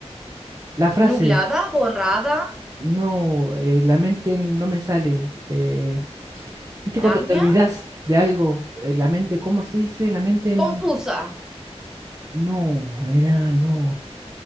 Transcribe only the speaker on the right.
La frase.
No, eh, la mente en- no me sale. Eh, ¿viste cuando
te olvidás de algo? Eh, la mente, ¿cómo se dice? La mente en...
No, era no.